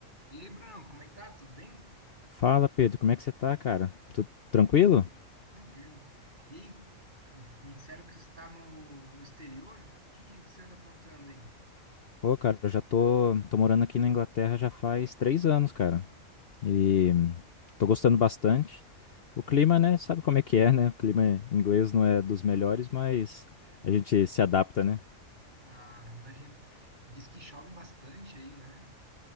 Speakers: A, on the right (about 35°); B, on the left (about 50°).
A: E aí, Brunão, como é que tá? Tudo bem?
B: Fala, Pedro, como é que você tá, cara? Tudo tranquilo?
A: Tranquilo. E aí, me disseram que você está no, no exterior. O que, que você anda aprontando aí?
B: Pô, cara, eu já tô, tô morando aqui na Inglaterra já faz três anos, cara. E tô gostando bastante. O clima, né? Sabe como é que é, né? O clima inglês não é dos melhores, mas a gente se adapta, né?
A: Ah, imagino. Diz que chove bastante aí, né?